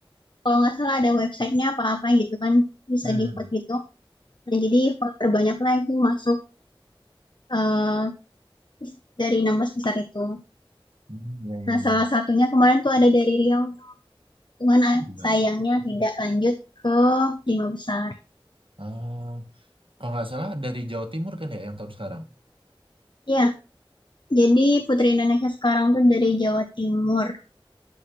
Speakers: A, on the left; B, on the right.
A: kalau nggak salah ada websitenya apa-apa gitu kan bisa
B: Hmm.
A: di vote gitu. Nah, jadi voter banyak lah itu masuk eh, dari 16 besar itu.
B: Hmm, ya,
A: Nah,
B: ya, ya.
A: salah satunya kemarin tuh ada dari Riau, cuman ah,
B: Gila.
A: sayangnya tidak lanjut ke lima besar.
B: Ah, kalau nggak salah dari Jawa Timur kan ya yang tahun sekarang.
A: Ya, Jadi Putri Indonesia sekarang tuh dari Jawa Timur.